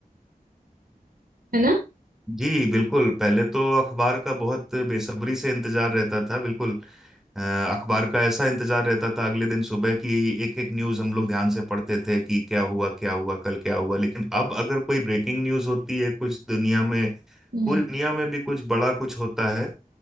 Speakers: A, on the right; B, in the centre.
A: है ना
B: जी बिल्कुल पहले तो अखबार का बहुत बेसब्री से इंतजार रहता था बिल्कुल अ, अखबार का ऐसा इंतजार रहता था अगले दिन सुबह की एक एक न्यूज़ हम लोग ध्यान से पढ़ते थे कि क्या हुआ क्या हुआ कल क्या हुआ लेकिन अब अगर कोई ब्रेकिंग न्यूज़ होती है कुछ दुनिया में
A: हम्म
B: पूरी दुनिया में भी कुछ बड़ा कुछ होता है